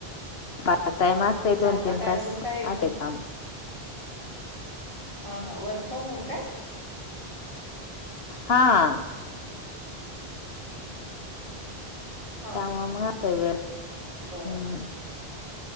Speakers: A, on the left (about 70°); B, on the left (about 30°).
A: पार्ट टाइम अस
B: जाता
A: दोन तीन
B: काय
A: तास
B: अजून काय घर
A: असते काम.
B: हा हा, वर्क फ्रॉम होम काय?
A: हा.
B: हा
A: त्यामुळं
B: हा
A: मग असं व्हय
B: बर
A: हम्म.